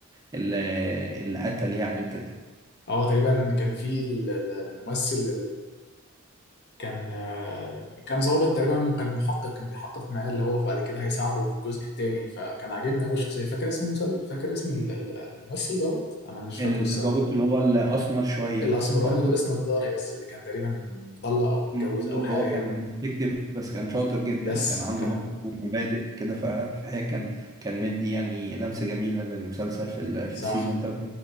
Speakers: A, on the right; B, on the left.
A: ال- اللي قتل يعني وكده
B: اه تقريبا كان في ال- ال- الممثل كان آه، كان ظابط تقريبا كان محقق كان بيحقق معاه اللي هو بعد كده هيساعده في الجزء الثاني فكان عاجبني قوي الشخصيه فاكر اسم المسل... فاكر اسم ال- ال- الممثل دوت انا مش فاكره
A: ال-
B: الصراحه
A: الضابط اللي هو الأسمر شوية
B: الاسمراني
A: آه.
B: اللي
A: صح؟
B: لابس نضاره يس اللي كان تقريبا مطلق او متجوز
A: مظبوط
B: او حاجه
A: هو كان بيكتب بس كان شاطر جدا
B: يس
A: وكان عنده
B: كان
A: برضه مبادئ كده ف- فهي كان كان مدي يعني لمسة جميلة للمسلسل في ال-
B: صح
A: في السيزون ده